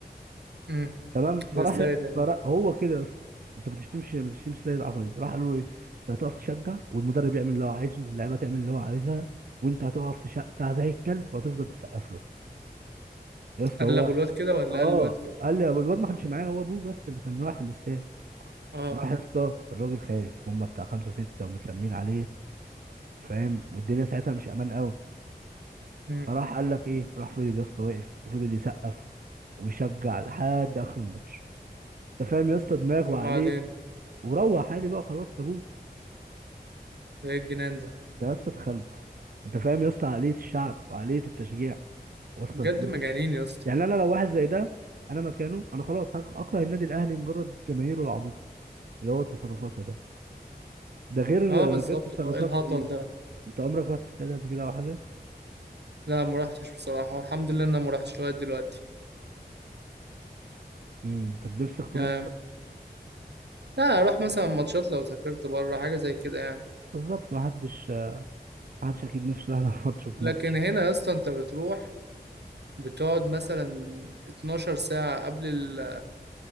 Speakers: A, on the right; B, on the right.
A: امم
B: تمام فراح
A: ده ازاي ده يعني؟
B: فراح هو كده يا اسطى انت ما بتشتمش ما بتشتمش سيد عفريت راح قال له ايه انت هتقف تشجع والمدرب يعمل اللي هو عايزه واللعيبه تعمل اللي هو عايزها وانت هتقف تشجع زي الكلب وهتفضل تسقف له يا اسطى
A: قلبوا
B: هو
A: الواد كده ولا
B: اه
A: قال الواد كده
B: قال لي والواد ما كانش معايا هو ابوه بس اللي كان رايح الاستاد
A: اه
B: راح يا اسطى الراجل خايف هم بتاع خمسه سته ومتلمين عليه فاهم والدنيا ساعتها مش امان قوي
A: امم
B: فراح قال لك ايه راح فضل يا اسطى واقف وفضل يسقف ويشجع لحد اخر الماتش انت فاهم يا اسطى دماغ وعقليه
A: وبعدين
B: وروح عادي بقى خلاص سابوه
A: ده ايه الجنان ده
B: ده يا اسطى تخلف انت فاهم يا اسطى عقليه الشعب وعقليه التشجيع واصله
A: بجد
B: لفين
A: مجانين يا اسطى
B: يعني انا لو واحد زي ده انا مكانه انا خلاص هك- اكره النادي الاهلي مجرد جماهيره العبيطه اللي هو تصرفاتها ده ده غير
A: اه بالظبط
B: غير تصرفات
A: اللي هو ايه الهطل
B: كتير
A: ده
B: انت عمرك رحت استاد قبل كده او حاجه
A: لا ما رحتش بصراحه والحمد لله ان انا ما رحتش لغايه دلوقتي
B: امم طب نفسك تروح
A: يعني لا اروح مثلا ماتشات لو سافرت بره حاجه زي كده يعني
B: بالظبط محدش محدش اكيد نفسه يروح <laughs> على ماتش في
A: لكن
B: مصر
A: هنا يا اسطى انت بتروح بتقعد مثلا 12 ساعه قبل ال...